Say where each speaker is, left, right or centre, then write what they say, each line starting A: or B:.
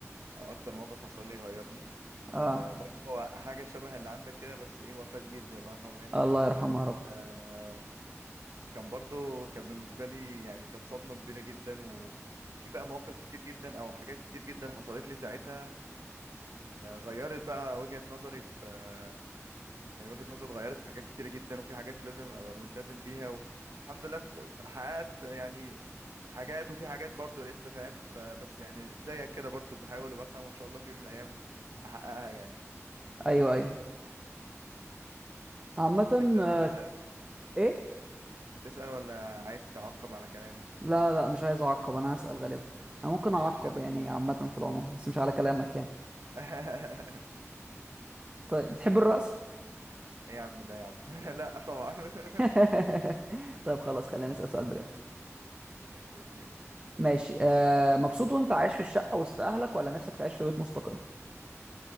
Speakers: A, on the right; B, on the right.
A: او اكتر موقف حصل لي غيرني آه
B: اه
A: برضو هو حاجه شبه اللي عندك كده بس ايه وفاة جدي الله يرحمه يعني
B: الله يرحمه يا رب
A: آه كان برضو كان بالنسبة لي يعني كانت صدمة كبيرة جدا وفي بقى مواقف كتير جدا أو حاجات كتير جدا حصلت لي ساعتها آه، غيرت بقى وجهة نظري في آه، يعني وجهة نظري اتغيرت في حاجات كتيرة جدا وفي حاجات لازم أبقى ملتزم بيها والحمد لله بد- حققت يعني حاجات وفي حاجات برضو لسه فاهم فبس يعني زيك كده برضو بحاول وبسعى وإن شاء الله في يوم من الأيام أحققها يعني
B: ايوه ايوه عامة
A: تسأل
B: آه،
A: ولا أسأل؟
B: ايه
A: هتسأل ولا عايز تعقب على كلامي؟
B: لا لا مش عايز اعقب انا هسأل غالبا انا ممكن
A: ماشي
B: اعقب
A: يلا
B: يعني عامة في العموم بس مش على كلامك يعني
A: <laughs>
B: طيب بتحب الرقص
A: ايه يا عم ده يا عم <laughs> لا طبعا <laughs>
B: <laughs> طيب خلاص خلينا نسأل سؤال بجد
A: ماشي اوكي
B: ماشي آه مبسوط وانت عايش في الشقة وسط اهلك ولا نفسك تعيش في بيت مستقل